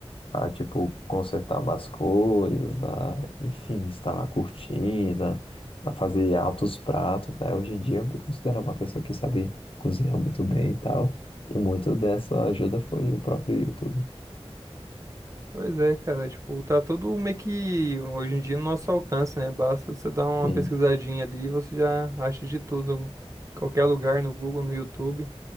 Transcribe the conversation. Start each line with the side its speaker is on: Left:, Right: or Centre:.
Left: a, tipo, consertar umas coisas, a, enfim, instalar cortina, a fazer altos pratos, né? Hoje em dia, eu me considero uma pessoa que sabe cozinhar muito bem e tal. E muito dessa ajuda foi o próprio YouTube.
Right: Pois é, cara, tipo, tá tudo meio que hoje em dia no nosso alcance, né? Basta você dar uma
Left: Sim,
Right: pesquisadinha ali e você já acha de tudo, qualquer lugar no Google, no YouTube.